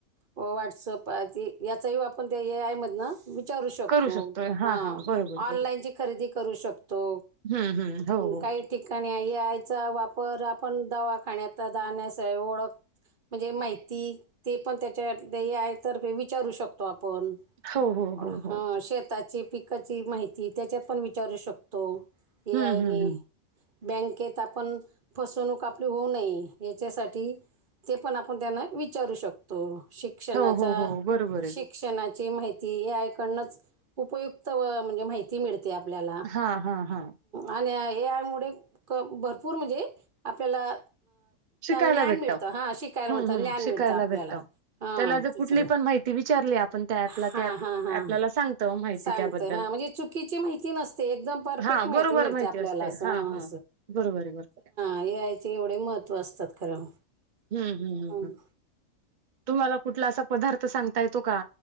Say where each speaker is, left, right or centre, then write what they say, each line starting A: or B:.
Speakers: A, on the right (about 40°); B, on the right (about 65°).
A: व्हॉट्सअपाचे याचाही आपण ते ए आय मधनं वि चारू शकतो.
B: करू शकतोय. हां,
A: हा
B: हां. बरोबर,
A: ऑनलाईन ची खरेदी करू शकतो.
B: हा हा हो
A: अं,
B: हो
A: काही ठिकाणी आहे ए‌ आय वापर आपण दवाखान्याता जाण्यास ओळख म्हणजे माहिती ते पण त्याच्या ए आय तर विचारू शकतो आपण
B: हो, हो,
A: पर
B: हो, हो.
A: ह शेताची पिक पिकाची माहिती त्याच्यात पण विचारू शकतो ए
B: हं,
A: आय
B: हं,
A: नी
B: हं.
A: बँकेत आपण फसवणूक आपली होऊ नये. या यासाठी ते पण आपण त्यांना विचारू शकतो शिक्षणाचा
B: हो, हो, हो.
A: शिक
B: बरोबर आहे.
A: शिक्षणाची माहिती ऐकडनच उपयुक्त म्हणजे माहिती ती मिळते आपल्याला
B: हां, हां, हां.
A: आणि यामुळे क भरपूर म्हणजे आपल्याला
B: शिकायला
A: ज्ञान
B: भेटतं.
A: मिळतं हा शिकायला
B: हं,
A: मिळतं
B: हं.
A: ज्ञान
B: शिकायला
A: मिळतं आपल्याला
B: भेटतं.
A: हां
B: त्याला जर
A: त्याच्याने
B: कुठली पण माहिती विचारली आपण त्या
A: हां
B: पला त्याल्याला
A: हां हां
B: सांगतो माहिती
A: सांगते
B: त्याबद्दल
A: हा म्हणजे चुकीची माहिती नसते एकदम परफेक्ट
B: हा
A: माहिती
B: बरोबर
A: मिळते आपल्याला
B: असते
A: अस हां.
B: हा हा बरोबर आहे बरोबर आहे.
A: ए आय चे एवढे महत्त्व असतात खरं.
B: हम्म -हम् -हम्
A: हं,
B: -हम् तुम्हाला कुठला असा पदार्थ सांगता येतो का?